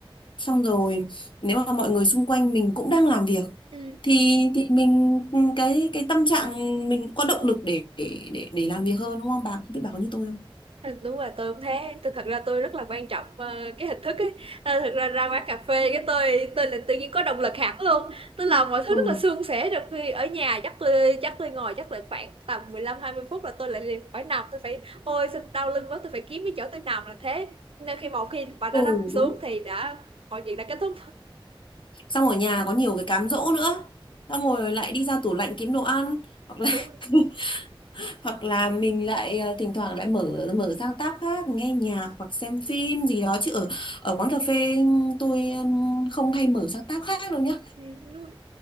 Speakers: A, on the left; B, on the right.
A: xong rồi nếu mà mọi người xung quanh mình cũng đang làm việc
B: ừ.
A: thì thì mình ừ, cái cái tâm trạng mình cũng có động lực để để để để làm việc hơn đúng không bà không biết bà có như tôi không
B: Thật- đúng rồi tôi cũng thế tôi thật ra tôi rất là quan trọng ờ, cái hình thức ấy Ờ, thật ra ra quán cà phê cái tôi tôi là tự nhiên có động lực hẳn luôn tôi làm mọi thứ
A: Ừ.
B: rất là suôn sẻ trong khi ở nhà chắc tôi chắc tôi ngồi chắc là khoảng tầm mười lăm hai mươi phút là tôi lại liền phải nằm tôi phải ôi sao đau lưng quá tôi phải kiếm cái chỗ tôi nằm là thế nên khi một khi bạn
A: ừ
B: đã nằm xuống
A: đúng
B: thì đã mọi chuyện đã kết thúc
A: xong ở nhà có nhiều cái cám dỗ nữa xong
B: Ừ.
A: rồi lại đi ra tủ lạnh kiếm đồ ăn hoặc là
B: đúng rồi.
A: <laughs> hoặc là mình lại ờ, thỉnh thoảng lại mở mở sang tab khác nghe nhạc hoặc xem phim gì đó chứ ở ở quán cà phê tôi ừm, không hay mở sang tab khác đâu nhá
B: Ừ, đúng rồi.